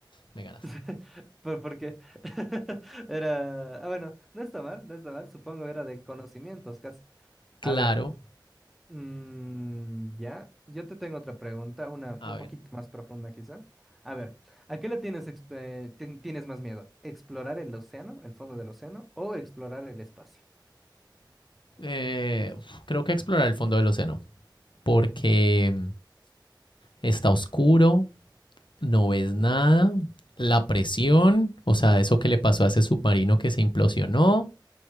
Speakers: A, on the left (about 80°); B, in the centre.
A: me ganaste.
B: <laughs> ¿Por, por qué? <laughs> Era, ah, bueno, no está mal, no está mal, supongo era de conocimientos casi.
A: Claro,
B: A ver, mm, ya, yo te tengo otra pregunta, una
A: a
B: un
A: ver.
B: poquito más profunda quizá. A ver, ¿a qué le tienes, ex- eh, ten- tienes más miedo? ¿Explorar el océano, el fondo del océano, o explorar el espacio?
A: eh, uf, creo que explorar el fondo del océano, porque mm, está oscuro, no ves nada, la presión, o sea, eso que le pasó a ese submarino que se implosionó,